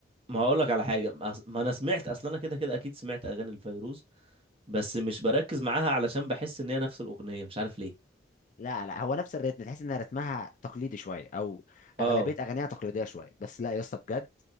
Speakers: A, on the right; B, on the left.
A: ما هقول لك على حاجه ما أص- ما انا سمعت اصلا انا كده كده اكيد سمعت اغاني الفيروز بس مش بركز معاها علشان بحس ان هي نفس الاغنيه مش عارف ليه
B: لا لا هو نفس الريتم تحس ان رتمها تقليدي شويه او
A: اه
B: اغلبيه اغانيها تقليديه شويه بس لا يا اسطى بجد